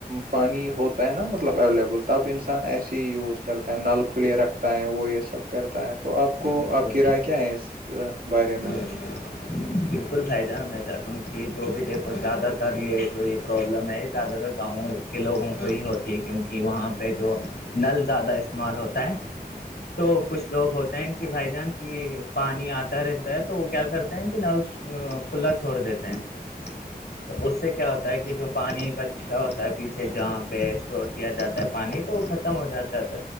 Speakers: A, on the right; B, on the left.
A: پانی ہوتا ہے نا مطلب اویلیبل تب انسان ایسے ہی یوز کرتا ہے کھلے رکھتا ہے وہ یہ سب کرتا ہے تو آپ کو
B: بالکل
A: آپ کی رائے کیا ہے اس بارے میں
B: ا بالکل فھائی جانا میں چاہتا ہوں کہ جو بھی دیکھو زیادہ تر یہ جو یہ پرابلم ہے یہ زیادہ تر گاؤں کے لوگوں کو یہ ہوتی ہے کیونکہ وہاں پہ جو نل زیادہ استعمال ہوتا ہے تو کچھ لوگ ہوتے ہیں کہ بھائی جان کی پانی آتا رہتا ہے تو وہ کیا کرتے ہیں کہ نل کھلا چھوڑ دیتے ہیں تو اس سے کیا ہوتا ہے کہ جو پانی بچتا ہوتا ہے پیچھے جہاں پہ اسٹ کیا جاتا ہے پانی تو وہ ختم ہو جاتا ہے تھا